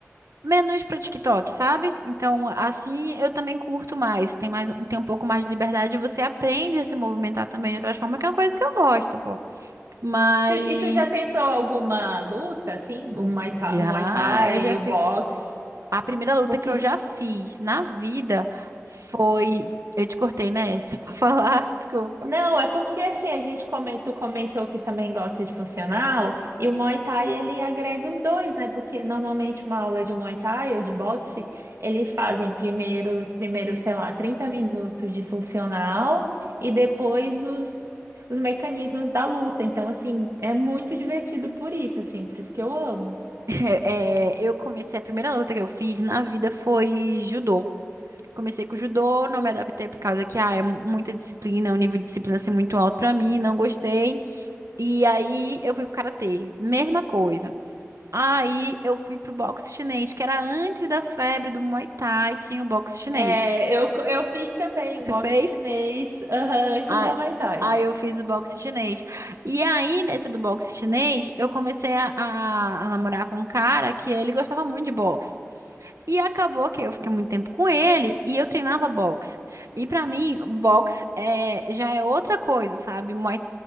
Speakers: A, on the right; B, on the right.
A: menos pra TikTok, sabe? Então, assim, eu também curto mais. Tem mais, tem um pouco mais de liberdade. e Você aprende a se movimentar também de outras formas, que é uma coisa que eu gosto, pô. Mas,
B: Tu- E tu já tentou alguma luta, assim? O Muay Thai,
A: já,
B: Muay Thai,
A: eu já
B: o
A: fiz.
B: boxe?
A: A primeira luta
B: Por quê?
A: que eu já fiz na vida foi. Eu te cortei, né? <laughs> Se for falar, desculpa.
B: Não, é porque assim, a gente comentou, comentou que também gosta de funcional, e o Muay Thai ele agrega os dois, né? Porque normalmente uma aula de Muay Thai ou de boxe, eles fazem primeiro, os primeiros, sei lá, 30 minutos de funcional e depois os, os mecanismos da luta. Então, assim, é muito divertido por isso, assim, por isso que eu amo.
A: <laughs> É, eu comecei, a primeira luta que eu fiz na vida foi judô. Comecei com judô, não me adaptei por causa que ah, é muita disciplina, é um nível de disciplina assim, muito alto pra mim, não gostei. E aí eu fui pro karatê, mesma coisa. Aí eu fui pro boxe chinês, que era antes da febre do Muay Thai, tinha o boxe chinês.
B: É, eu, eu fiz também um
A: Tu
B: box
A: fez?
B: chinês, aham, antes
A: Ah,
B: do Muay Thai.
A: aí eu fiz o boxe chinês. E aí, nesse do boxe chinês, eu comecei a, a a namorar com um cara que ele gostava muito de boxe. E acabou que eu fiquei muito tempo com ele e eu treinava boxe. E pra mim, boxe é, já é outra coisa, sabe? Muay-